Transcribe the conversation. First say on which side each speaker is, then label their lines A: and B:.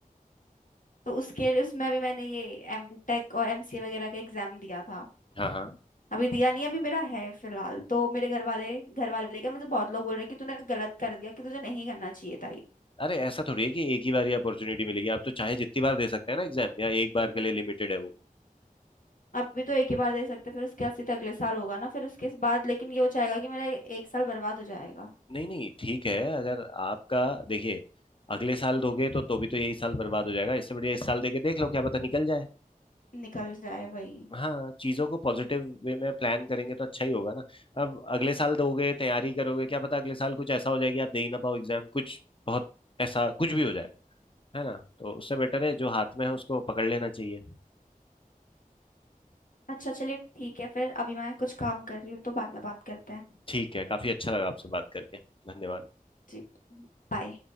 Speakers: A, on the left (about 65°); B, on the left (about 35°).
A: तो उसके लिए उसमें भी मैंने ये एमटेक और एमसीए वगैरह का एग्जाम दिया था
B: हाँ हाँ
A: अभी दिया नहीं अभी मेरा है फिलहाल तो मेरे घर वाले घर वाले क्या मुझे बहुत लोग बोल रहे हैं कि तूने गलत कर दिया कि तुझे नहीं करना चाहिए था ये
B: अरे ऐसा थोड़ी है कि एक ही बार ही अपॉर्चुनिटी मिलेगी आप तो चाहे जितनी बार दे सकते हैं ना एग्जाम या एक बार के लिए लिमिटेड है वो
A: अभी तो एक ही बार दे सकते फिर उसके बाद सीधा अगले साल होगा ना फिर उसके बाद लेकिन ये हो जाएगा कि मेरा एक साल बर्बाद हो जाएगा
B: नहीं नहीं ठीक है अगर आपका देखिए अगले साल दोगे तो तो भी तो यही साल बर्बाद हो जाएगा इससे बढ़िया इस साल देके देख लो क्या पता निकल जाए
A: निकल जाए वही
B: हाँ चीजों को पॉजिटिव वे में प्लान करेंगे तो अच्छा ही होगा ना अब अगले साल दोगे तैयारी करोगे क्या पता अगले साल कुछ ऐसा हो जाए कि आप दे ही ना पाओ एग्जाम कुछ बहुत ऐसा कुछ भी हो जाए है ना तो उससे बेटर है जो हाथ में है उसको पकड़ लेना चाहिए
A: अच्छा चलिए ठीक है फिर अभी मैं कुछ काम कर रही हूँ तो बाद में बात करते हैं
B: ठीक है काफी अच्छा लगा आपसे बात करके धन्यवाद
A: जी बाय